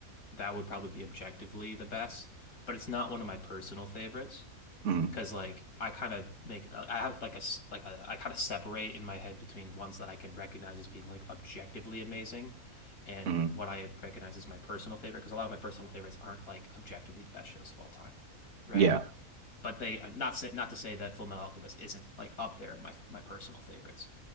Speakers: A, on the left; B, on the right.
A: that would probably be objectively the best, but it's not one of my personal favorites
B: hmm
A: because like I kind of make uh, I have like a like a, I kind of separate in my head between ones that I can recognize as being like objectively amazing and
B: hmm
A: what I recognize as my personal favorite because a lot of my personal favorites aren't like objectively the best shows of all time, right?
B: Yeah.
A: But they uh, not say, not to say that Full Metal Alchemist isn't like up there in my my personal favorites